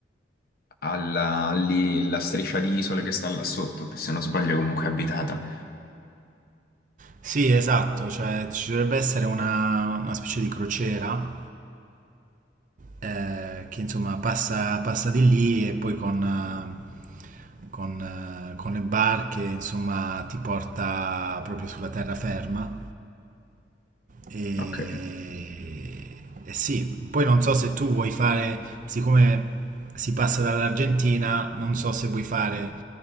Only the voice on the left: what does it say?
alla lì, la striscia di isole che sta là sotto, che se non sbaglio è comunque abitata.
Ok.